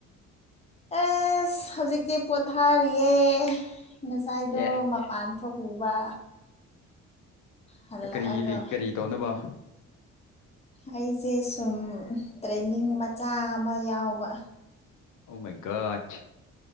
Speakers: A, on the left; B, on the left.
A: ꯑꯦꯁ ꯍꯧꯖꯤꯛꯇꯤ ꯄꯣꯊꯥꯔꯤꯌꯦ ꯉꯁꯥꯏꯗꯣ
B: ꯑꯦ
A: ꯃꯄꯥꯟ ꯊꯣꯛꯎꯕ ꯍꯜꯂꯛꯑꯒ
B: ꯀꯔꯤ ꯂꯩ ꯀꯔꯤ ꯇꯧꯅꯕ
A: ꯑꯩꯁꯦ ꯁꯨꯝ ꯇ꯭ꯔꯦꯟꯅꯤꯡ ꯃꯆꯥ ꯑꯃ ꯌꯥꯎꯕ
B: ꯎꯃꯩꯒꯠ